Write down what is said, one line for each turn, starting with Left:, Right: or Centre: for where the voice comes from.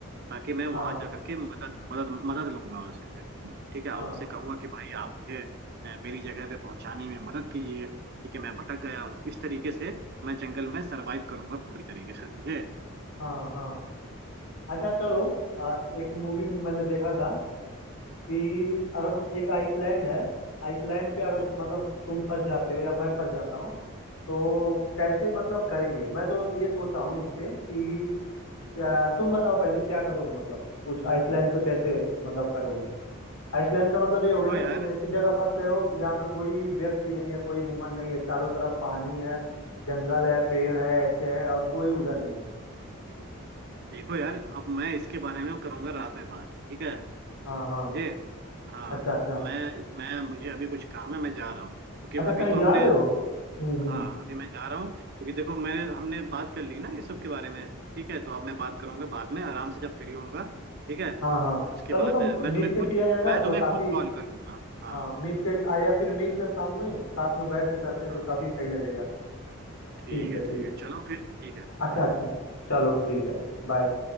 Right: ताकि मैं
Left: हाँ
Right: वहां जा करके मदद मदद मदद लूंगा उनसे फिर ठीक है
Left: हाँ
Right: और उनसे कहूंगा कि भाई आप मुझे अ, मेरी जगह पे पहुंचाने में मदद कीजिए ठीक है मैं भटक गया हूँ इस तरीके से मैं जंगल में सरवाइव करूंगा पूरी तरीके से समझे
Left: हाँ हाँ हाँ। अच्छा चलो
Right: हम्म,
Left: आ, एक मूवी मैंने देखा था कि अगर एक आइसलैंड है आइसलैंड पे अगर
Right: हम्म, हम्म।
Left: मतलब तुम फंस जाते हो या मैं फंस जाता हूँ तो कैसे मतलब करेंगे मैं तो ये सोचा हूँ इस पे कि क्या तुम बताओ पहले क्या करोगे मतलब कुछ आइसलैंड पे कैसे मतलब करोगे आइसलैंड का मतलब ये हो
Right: देखो
Left: गया ना
Right: यार
Left: तुम ऐसी जगह फंस गए हो जहाँ पे कोई व्यक्ति नहीं है कोई ह्यूमन नहीं है चारों तरफ पानी है जंगल है पेड़ है ऐसे है और कोई उधर नहीं है
Right: देखो यार अब मैं इसके बारे में करूंगा रात में बात ठीक है
Left: हाँ
Right: समझे
Left: हाँ
Right: हाँ
Left: अच्छा अच्छा
Right: मैं मैं मुझे अभी कुछ काम है मैं जा रहा हूँ क्योंकि
Left: अच्छा
Right: अभी
Left: कहीं
Right: तो
Left: जा
Right: हमने
Left: रहे हो हम्म हम्म
Right: हाँ अभी मैं जा रहा हूँ क्योंकि देखो मैंने हमने बात कर ली ना ये सब के बारे में ठीक है तो अब मैं बात करूंगा बाद में आराम से जब फ्री होऊंगा ठीक है
Left: हाँ हाँ
Right: उसके
Left: चलो
Right: बाद
Left: तो
Right: मैं
Left: मिल
Right: तुम्हें
Left: के
Right: खुद
Left: किया जाएगा
Right: मैं तुम्हें
Left: तो काफी
Right: खुद कॉल करूंगा हाँ
Left: हाँ मिल के आ, या फिर मिल के शाम में साथ में बैठ के करते हैं
Right: हाँ
Left: तो काफी सही लगेगा
Right: ठीक
Left: ठीक है
Right: है
Left: ठीक
Right: ठीक है चलो फिर ठीक है
Left: अच्छा
Right: बाय
Left: अच्छा चलो ठीक है बाय